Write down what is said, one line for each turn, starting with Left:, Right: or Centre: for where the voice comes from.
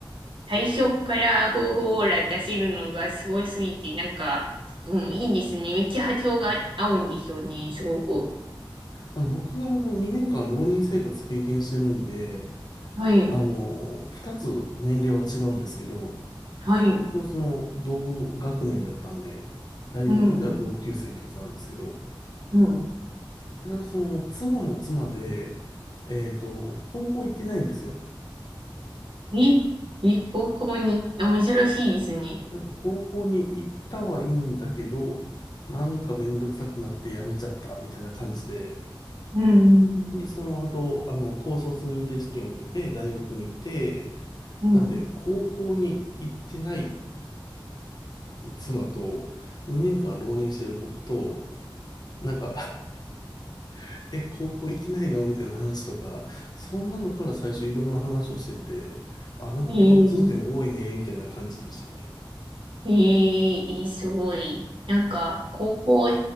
Right: 最初から方法オーラ出せるのがすごすぎて、なんか、うん、いいですね。めっちゃ波長が合うんでしょうね、すごく。
Left: あの、僕があの2年間浪人生活経験してるんで、
Right: はい、
Left: あの、2つ年齢は違うんですけど、
Right: はい、
Left: 一応その同学年だったんで、大学では同級生ってことなんですけど、
Right: うん、うん。
Left: ただその妻も妻で、えっと、高校行ってないんですよ。
Right: え、え、高校に、あ、珍しいですね。
Left: なんか高校に行ったはいいんだけど、なんかめんどくさくなって辞めちゃったみたいな感じで、
Right: うん、
Left: で、その後、あの、高卒認定試験を受けて大学に来て、
Right: うん、
Left: なんで、
Right: うん。
Left: 高校に行ってない妻と、2年間浪人してる僕と、なんか、<laughs> え、高校行ってないのみたいな話とか、そんなのから最初いろんな話をしてて、あ、なんか共通点多いね、
Right: ええ、
Left: みたいな感じでしたね。
Right: ええ、えすごい。なんか、高校、